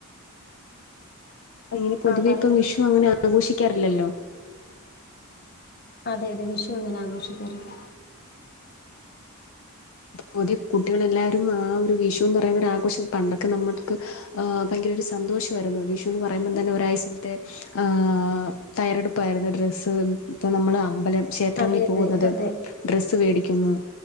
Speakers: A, on the left (about 60°); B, on the left (about 45°).
A: അങ്ങനെ പൊതുവെ
B: ആ പറഞ്ഞു
A: ഇപ്പം വിഷു അങ്ങനെ ആഘോഷിക്കാറില്ലല്ലോ.
B: അതെ അതെ വിഷു അങ്ങനെ ആഘോഷിക്കാറില്ല
A: പുതിയ കുട്ടികളെല്ലാരും ആ ഒര് വിഷുന്ന് പറയുന്ന ഒരാ ആഘോഷം പണ്ടൊക്കെ നമ്മക്ക് ആ ഭയങ്കര ഒര് സന്തോഷവായ്ര്ന്നു വിഷുന്ന് പറയുമ്പോൾ തന്നെ ഒരാഴ്ചത്തെ ആ... തയ്യാറെടുപ്പായിര്ന്നു ഡ്രസ്സ് ഇപ്പം നമ്മള് അമ്പലം ക്ഷേത്രങ്ങളിൽ
B: അതെ അതെ
A: പോകുന്നത്
B: അതെ
A: ഡ്ര സ്സ് വേടിക്കുന്നു